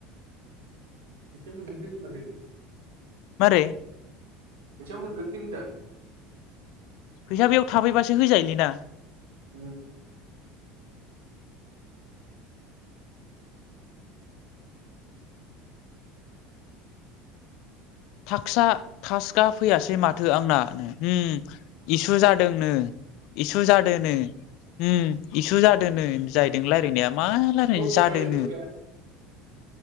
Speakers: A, on the right; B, on the left.
A: एसोर मोननै दोंमारो इदिब?
B: मारै?
A: फैसा मोनग्रोथों होनदां।
B: फैसा बेयाव थाफैबासो होजायोलै ना?
A: उम
B: थाकसआ थासका फैयासै माथो आंना उम इसु जादोंनो। इसु जादो नो। उम इसु जादो नो जाहैदों लायरायनाया। मा लारायनो
A: औ होननानै
B: जादोनो
A: दोनखाया